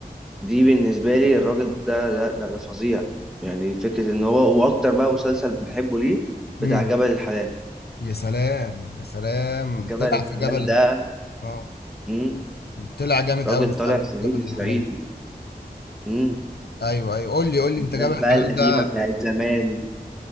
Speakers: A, in the centre; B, on the left (about 75°).
A: دي بالنسبه لي الراجل ده ده ده, ده فظيع يعني فكره ان هو واكتر بقى مسلسل بحبه ليه
B: امم
A: بتاع جبل الحلال
B: يا سلام يا سلام
A: جبل
B: طلع
A: الحلال
B: في جبل
A: ده
B: اه
A: مم.
B: طلع جامد
A: راجل
B: قوي
A: طالع
B: قوي
A: صعيدي
B: في جبل
A: الصعيدي
B: الحلال
A: مم.
B: ايوه ايوه قول لي قول لي
A: الناس
B: انت جبل الحلال
A: بقى القديمة
B: ده
A: بتاعت زمان